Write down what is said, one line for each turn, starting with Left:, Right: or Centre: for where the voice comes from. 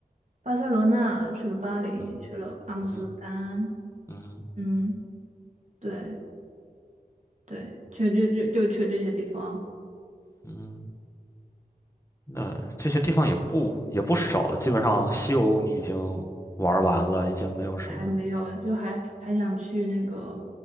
Right: 巴塞罗那，去了巴黎，
Left: 嗯。
Right: 去了阿姆斯特丹，
Left: 嗯哼，嗯哼，
Right: 嗯，对对，去就就就去这些地方，
Left: 嗯，那这些地方也不也不少了，基本上西欧你已经玩儿完了，已经没有什么。
Right: 还没有，就还还想去那个